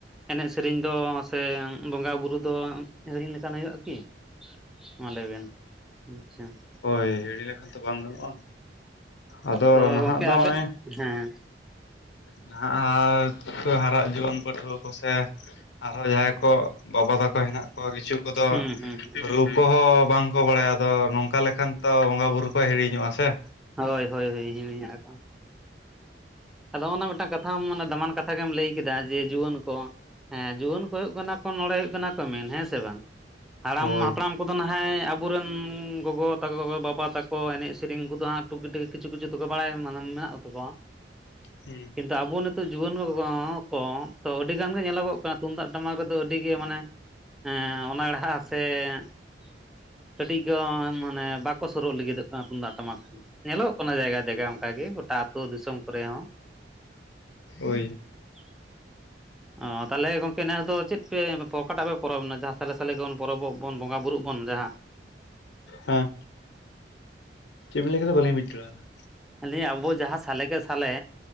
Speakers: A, in the centre; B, on the left (about 80°).
A: ᱮᱱᱮᱡ ᱥᱮᱨᱮᱧ ᱫᱚ ᱥᱮ ᱵᱚᱸᱜᱟ ᱵᱩᱨᱩ ᱫᱚ ᱦᱤᱲᱤᱧ ᱞᱮᱠᱟᱱ ᱦᱩᱭᱩᱜᱼᱟ ᱠᱤ᱾ ᱢᱟ ᱞᱟᱹᱭ ᱵᱮᱱ, ᱟᱸᱪᱪᱷᱟ᱾
B: ᱦᱳᱭ ᱦᱤᱲᱤ ᱞᱮᱠᱷᱟᱱ ᱛᱚ ᱵᱟᱝ ᱜᱟᱱᱚᱜᱼᱟ, ᱟᱫᱚ
A: ᱛᱚ
B: ᱱᱟᱦᱟᱜ
A: ᱜᱚᱢᱠᱮ
B: ᱫᱚ ᱱᱚᱜᱼᱚᱭ
A: ᱟᱵᱮ ᱦᱮᱸ
B: ᱱᱟᱦᱟᱜ ᱦᱟᱨᱟᱜ ᱡᱩᱣᱟᱹᱱ ᱯᱟᱹᱴᱷᱩᱣᱟᱹ ᱠᱚᱥᱮ ᱟᱨᱦᱚ ᱡᱟᱦᱟᱸᱭ ᱠᱚ ᱵᱟᱵᱟ ᱛᱟᱠᱚ ᱦᱮᱱᱟᱜ ᱠᱚᱣᱟ ᱠᱤᱪᱷᱩ ᱠᱚᱫᱚ
A: ᱦᱩᱸ ᱦᱩᱸ
B: ᱨᱩᱯ, ᱠᱚᱦᱚᱸ ᱵᱟᱝᱠᱚ ᱵᱟᱲᱟᱭᱟ ᱟᱫᱚ ᱱᱚᱝᱠᱟ ᱞᱮᱠᱷᱟᱱ ᱛᱚ ᱵᱚᱸᱜᱟ ᱵᱩᱨᱩ ᱠᱚ ᱦᱤᱲᱤᱧᱚᱜᱼᱟ ᱥᱮ,
A: ᱦᱳᱭ ᱦᱳᱭ ᱦᱳᱭ ᱤᱧᱤᱧ <unintelligible> ᱟᱫᱚ ᱱᱚᱜ-ᱱᱟ ᱢᱤᱫᱴᱟᱝ ᱠᱟᱛᱷᱟᱢ ᱢᱟᱱᱮ ᱫᱟᱢᱟᱱ ᱠᱟᱛᱷᱟ ᱜᱮᱢ ᱞᱟᱹᱭ ᱠᱮᱫᱟ ᱡᱮ ᱡᱩᱣᱟᱹᱱ ᱠᱚ ᱦᱮᱸ ᱡᱩᱣᱟᱹᱱ ᱠᱚ ᱦᱩᱭᱩᱜ ᱠᱟᱱᱟ ᱠᱚ ᱱᱚᱰᱮ ᱦᱩᱭᱩᱜ ᱠᱟᱱᱟ ᱠᱚ ᱢᱮᱱ ᱦᱮᱸ ᱥᱮ ᱵᱟᱝ ᱦᱟᱲᱟᱢ
B: ᱦᱳᱭ
A: ᱦᱟᱯᱲᱟᱢ ᱠᱚᱫᱚ ᱱᱟᱦᱟᱜ ᱡᱟᱦᱟᱸᱭ ᱟᱵᱚᱨᱮᱱ ᱜᱚᱜᱚ ᱛᱟᱠᱚ ᱵᱟᱵᱟ ᱛᱟᱠᱚ ᱮᱱᱮᱡ ᱥᱮᱨᱮᱧ ᱠᱚᱫᱚ ᱦᱟᱸᱜ ᱴᱩᱠᱤᱴᱤᱠ ᱠᱤᱪᱷᱩ ᱠᱤᱪᱷᱩ ᱫᱚᱠᱚ ᱵᱟᱲᱟᱭᱟ ᱢᱟᱱᱮ ᱢᱮᱱᱟᱜ ᱛᱟᱠᱚᱣᱟ
B: ᱦᱩᱸ
A: ᱟᱫᱚ ᱟᱵᱚ ᱱᱤᱛᱚᱜ ᱡᱩᱣᱟᱹᱱ ᱠᱚ ᱠᱚ ᱛᱚ ᱟᱹᱰᱤ ᱜᱟᱱ ᱜᱮ ᱧᱮᱞᱚᱜᱚᱜ ᱠᱟᱱᱟ ᱛᱩᱢᱫᱟᱜ ᱴᱟᱢᱟᱠ ᱨᱮᱫᱚ ᱟᱹᱰᱤᱜᱮ ᱢᱟᱱᱮ ᱦᱮᱸ ᱚᱱᱬᱦᱟ ᱥᱮ <unintelligible> ᱠᱟᱹᱴᱤᱡ ᱜᱚ ᱢᱟᱱᱮ ᱵᱟᱠᱚ ᱥᱩᱨᱩᱜ ᱞᱟᱹᱜᱤᱫᱚᱜ ᱠᱟᱱᱟ ᱛᱩᱢᱟᱜ ᱴᱟᱢᱟᱠ ᱧᱮᱞᱚᱜ ᱠᱟᱱᱟ ᱡᱟᱭᱜᱟ ᱡᱟᱭᱜᱟ ᱚᱱᱠᱟ ᱜᱮ ᱜᱚᱴᱟ ᱟᱹᱛᱩ ᱫᱤᱥᱚᱢ ᱠᱚᱨᱮ ᱦᱚᱸ
B: ᱳᱭ
A: <unintelligible> ᱚ ᱛᱟᱞᱦᱮ ᱜᱚᱝᱠᱮ ᱱᱮᱥ ᱫᱚ ᱪᱮᱫ ᱯᱮ ᱯᱨᱚ ᱚᱠᱟᱴᱟᱜ ᱯᱮ ᱯᱚᱨᱚᱵᱽ ᱮᱱᱟ ᱡᱟᱦᱟᱸ ᱥᱟᱞᱮ ᱥᱟᱞᱮ ᱜᱮᱵᱚᱱ ᱯᱚᱨᱚᱵᱚᱜ ᱵᱚᱱ ᱵᱚᱸᱜᱟ ᱵᱩᱨᱩᱜ ᱵᱚᱱ ᱡᱟᱦᱟᱸ?
B: ᱦᱮᱸ ᱪᱮᱫ ᱵᱤᱱ ᱞᱟᱹᱭ ᱠᱮᱫᱟ ᱵᱟᱞᱤᱧ ᱵᱩᱡ ᱫᱟᱲᱮᱭᱟᱫᱟ,
A: ᱞᱟᱹᱭᱟ ᱟᱵᱚ ᱡᱟᱦᱟᱸ ᱥᱟᱞᱮ ᱠᱮ ᱥᱟᱞᱮ